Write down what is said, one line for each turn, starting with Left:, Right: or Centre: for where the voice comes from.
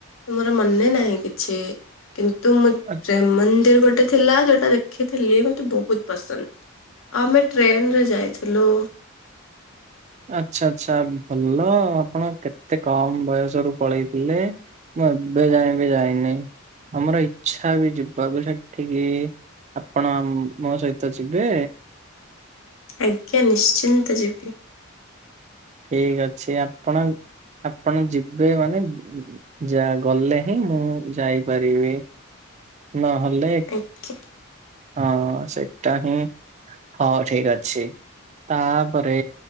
Left: ମୋର ମନେ ନାହିଁ କିଛି କିନ୍ତୁ ମୁଁ
Right: ଆ-
Left: ପ୍ରେମ ମନ୍ଦିର ଗୋଟେ ଥିଲା ଯୋଉଟା ଦେଖିଥିଲି ମୋତେ ବହୁତ ପସନ୍ଦ ଆମେ ଟ୍ରେନରେ ଯାଇଥିଲୁ
Right: ଆଛା ଆଛା ଭଲ ଆପଣ କେତେ କମ ବୟସରୁୁ ପଳେଇଥିଲେ ମୁଁ ଏବେ ଯାଏ ବି ଯାଇନି ଆମର ଇଚ୍ଛା ବି ଯିବାକୁ ସେଠିକି ଆପଣ ମୋ ସହିତ ଯିବେ
Left: ଆଜ୍ଞା ନିଶ୍ଚିନ୍ତ ଯିବି
Right: ଠିକ ଅଛି ଆପଣ ଆପଣ ଯିବେ ମାନେ ଯା ଗଲେ ହିଁ ମୁଁ ଯାଇପାରିବି
Left: <inaudible>
Right: ନହେଲେ
Left: ଆଜ୍ଞା
Right: ହଁ ସେଟା ହିଁ ହଁ ଠିକ ଅଛି ତାପରେ